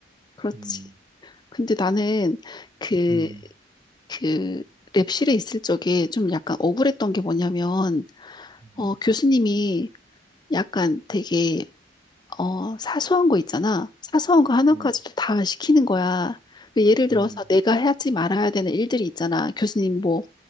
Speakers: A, on the left; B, on the right.
A: 그렇지.
B: 음,
A: 근데 나는 그,
B: 음,
A: 그 랩실에 있을 적에 좀 약간 억울했던 게 뭐냐면
B: 음,
A: 어, 교수님이 약간 되게, 어, 사소한 거 있잖아. 사소한 거 하나까지도
B: 음,
A: 다 시키는 거야. 그 예를 들어서
B: 음,
A: 내가 하지 말아야 되는 일들이 있잖아. 교수님 뭐,